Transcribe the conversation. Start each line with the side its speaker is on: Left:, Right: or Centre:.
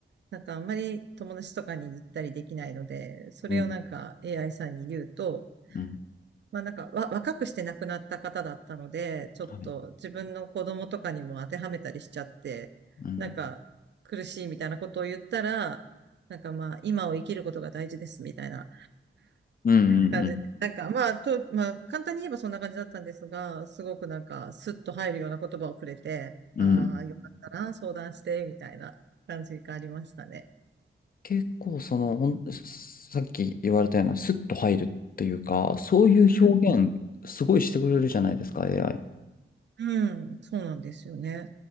Right: なんかあんまり友達とかに言ったりできないので、それをなんか
Left: うん、
Right: AI さんに言うと、
Left: うん、
Right: まあなんかわ、若くして亡くなった方だったので、ちょっと自分の子供とかにも当てはめたりしちゃって、
Left: はい。うん、
Right: なんか苦しいみたいなことを言ったら、なんかまあ今を生きることが大事ですみたいな
Left: うん、うん、
Right: 感じで、
Left: うん。
Right: なんかまあと、まあ簡単に言えばそんな感じだったんですが、すごくなんかスッと入るような言葉をくれて、
Left: うん
Right: ああ、よかったな、相談して、みたいな感じがありましたね。
Left: 結構、その、ほん、さっき言われたような、スッと入るっていうか、そういう表現、
Right: うん、
Left: すごいしてくれるじゃないですか、AI。
Right: うんそうなんですよね。